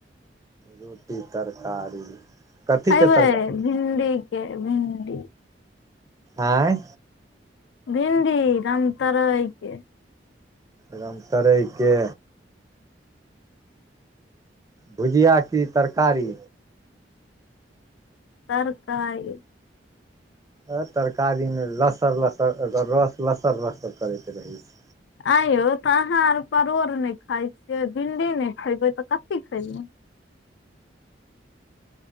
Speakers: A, on the right; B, on the left.
A: रोटी तरकारी कथीके
B: खइबै
A: तरकारी
B: भिंडी के भिन्डी
A: आँय
B: भिंडी रमतोरय के
A: रमतोरय के भुजिआ की तरकारी
B: तरकारी
A: अ तरकारी मे लसर लसर रस लसर लसर करैत रहे छै
B: आंय यौ तऽ अहाँ आर परोड़ नय खाइ छियै भिणडी नय खेबै तऽ कथी खेबै